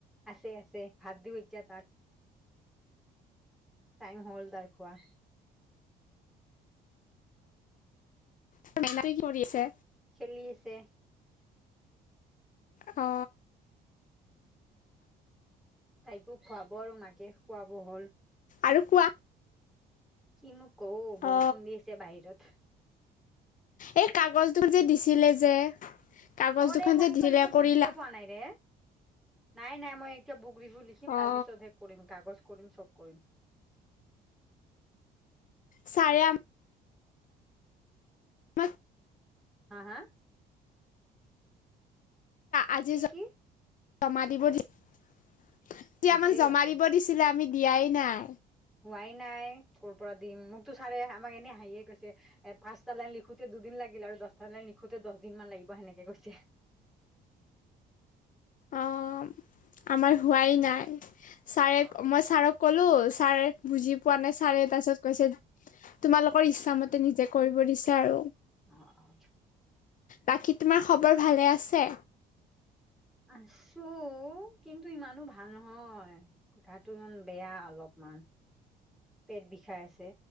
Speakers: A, in the centre; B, on the left.
A: আছে আছে ভাত দিওঁ এতিয়া তাক টাইম হ'ল তাৰ খোৱা।
B: <unintelligible> কি কৰি আছে?
A: খেলি আছে।
B: অ
A: তাইকো খুৱাব আৰু মাকে খুৱাব হ'ল।
B: আৰু কোৱা
A: কিনো কওঁ বৰষুণ
B: অ
A: দি আছে বাহিৰত।
B: এই কাগজটোক যে দিছিলে যে কাগজ
A: অৰে
B: দুখন
A: মই
B: যে
A: সেইখন
B: দিছিলে
A: একো বুজিয়ে
B: কৰিলা
A: পোৱা নাই ৰে। নাই নাই মই এতিয়া বুক ৰিভিউ লিখিম
B: অ
A: তাৰপিছতহে কৰিম কাগজ কৰিম, চব কৰিম।
B: ছাৰে আ <unintelligible>
A: হা! হা!
B: আজি
A: কি কি
B: জমা <unintelligible> দিব দিছে <unintelligible> এতিয়া
A: দিছে
B: আমাক
A: সিহঁতে
B: জমা দিব দিছিলে আমি দিয়াই নাই।
A: হোৱাই নাই কৰ পৰা দিম। মোকতো ছাৰে আমাক এনেই হাঁহিয়ে কৈছে। এ পাঁচটা লাইন লিখোঁতে দুদিন লাগিল আৰু দহটা লাইন লিখোঁতে দহ দিন মান লাগিব সেনেকে কৈছে।
B: অহ, আমাৰ হোৱাই নাই। ছাৰে,
A: অ
B: মই ছাৰক ক'লো ছাৰে বুজি পোৱা নাই ছাৰে তাৰপিছত কৈছে তোমালোকৰ ইচ্ছা মতে নিজে কৰিব দিছে আৰু।
A: <unintelligible>
B: বাকী তোমাৰ খবৰ ভালে আছে?
A: আছো, কিন্তু ইমানো ভাল নহয়। গাটো ইমান বেয়া অলপমান। পেট বিষাই আছে,